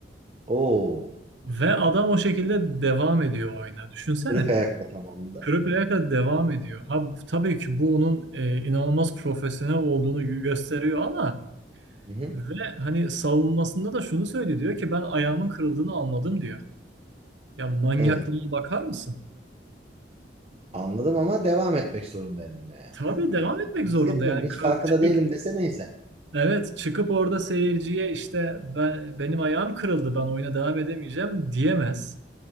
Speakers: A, on the right; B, on the right.
A: Oo.
B: Ve adam o şekilde devam ediyor oyuna. Düşünsene.
A: Kırık ayakla tamamladı.
B: Kırık ayakla devam ediyor. Ha, tabii ki bu onun e, inanılmaz profesyonel olduğunu gö- gösteriyor ama
A: Hı hı.
B: ve hani savunmasında da şunu söylüyor diyor ki ben ayağımın kırıldığını anladım diyor. Ya manyaklığa
A: Evet.
B: bakar mısın?
A: Anladım ama devam etmek zorundaydım diyor yani.
B: Tabii
A: Hani
B: devam etmek
A: hissetmedim
B: zorunda yani
A: hiç
B: Ka-
A: farkında
B: çıkıp
A: değilim dese neyse.
B: evet çıkıp orada seyirciye işte ben benim ayağım kırıldı ben oyuna devam edemeyeceğim diyemez.